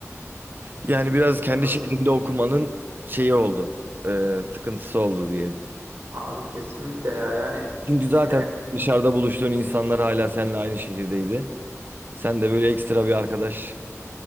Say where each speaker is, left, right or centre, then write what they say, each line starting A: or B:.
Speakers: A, on the right; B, on the right.
A: Yani biraz kendi
B: Asıl,
A: şehrinde okumanın şeyi oldu. e, sıkıntısı oldu diye.
B: abi kesinlikle ya yani
A: Çünkü zaten
B: e,
A: dışarıda buluştuğun insanlar hala seninle aynı şehirdeydi. Sen de böyle ekstra bir arkadaş